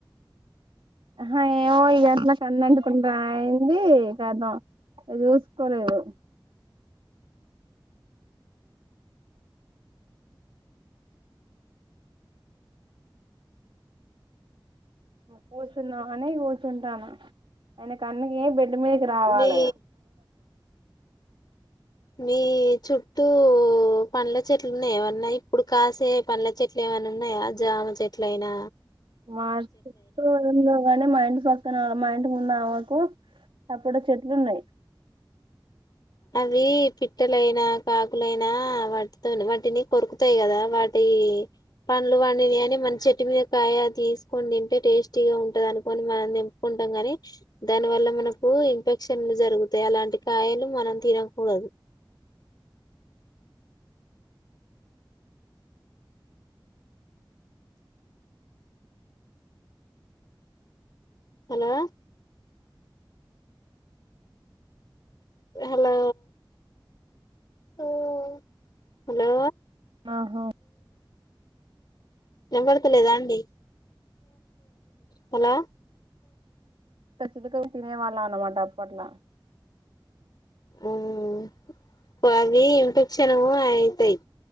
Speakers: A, on the right (about 85°); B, on the left (about 55°).
A: అహ ఏవో ఇగ అట్లా కళ్లు అంటుకుంటనాయి ది కదా ఇగ చూసుకోలేదు. ఇగ కూర్చుందాం అని కూర్చుంటాను ఆయనకి అన్నీ బెడ్ డ్ మీదకి రావాలే
B: మీ మీ చుట్టూ ట్టు పండ్ల చెట్లు ఉన్నాయా ఏమన్నా ఇప్పుడు కాసే పండ్ల చెట్లు ఏమన్నా ఉన్నాయా చెట్లైనా
A: మాకు చెట్లు ఏం లేవు గానీ మా ఇంటి పక్కన మా ఇంటి ముందు ఆమె కు సపోటా చెట్లున్నాయి.
B: అవి పిట్టలైనా కాకులైనా వాటితోని వాటిని కొరుకుతాయి కదా వాటి పండ్లు పండినై అని మనం చెట్టు మీద కాయ తీసుకొని తింటే టేస్టీగా ఉంటది అనుకోని మనం తెంపు కోన్ అంటాం కాని దాని వల్ల మనకు ఇన్ఫెక్షన్లు జరుగుతాయి అలాంటి కాయలు మనం తినకూడదు హలో హలో హ్మ్ హలో
A: ఆహా
B: వినపడతలేదా అండి హలో
A: పెసలుగ తినే వాళ్ళం అన్నమాట అప్పట్లా
B: ఉమ్మ్ అవి ఇన్ఫెక్షను అయితయ్